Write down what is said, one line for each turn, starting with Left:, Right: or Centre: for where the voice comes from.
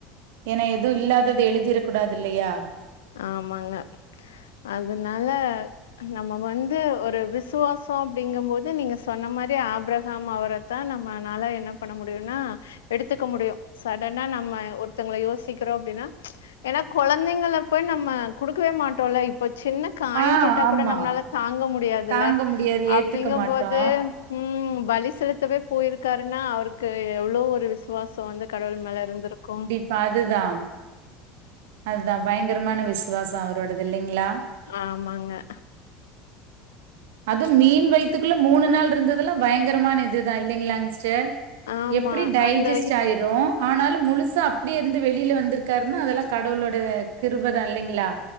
Right: ஏனா எதுவு இல்லாத எழுதிரக் கூடாது இல்லையா
Left: ஆமாங்க அதுனால நம்ம வந்து ஒரு விசுவாசோ அப்டிங்கும்போது நீங்க சொன்ன மாரி ஆபிரகாம் அவர் தா நம்மனால என்ன பண்ண முடியுனா எடுத்துக்க முடியு சடனா நம்ம ஒருத்தவங்கள யோசிக்கிறோ அப்டின்னா ஏனனா கொழந்தைங்கள இப்ப நம்ம குடுக்கவே மாட்டோ இல்ல இப்போ சின்ன காயம்
Right: ஆ
Left: பட்டா
Right: ஆமா
Left: கூட நம்மளால தாங்க முடியாதில்ல
Right: தாங்க முடியாது ஏத்துக்க
Left: அப்டிங்கும்போது
Right: மாட்டோ
Left: ம் பலி செலுத்தவே போயிருக்காருனா அவருக்கு எவ்ளோ ஒரு விசு சுவாசோ வந்து கடவுள் மேல இருந்திருக்கு
Right: ப அதுதான் அதுதா பயங்கரமான விசுவாசோ அவரோடது இல்லைங்ளா
Left: ஆமாங்க
Right: அது மீன் வயத்துக்குள்ள மூணு நாள் இருந்தெல்லா பயங்கரமான இதுதான் இல்லைங்களா சிஸ்டர்
Left: ஆமா
Right: எப்டி டையஜிஸ்ட்
Left: அந்த
Right: ஆயிரு ஆனாலு முழுசா அப்பனடியே இருந்து வெளில வந்திருக்காருன்னா அதெல்லா கடவுளோட கிருபதா இல்லைங்ளா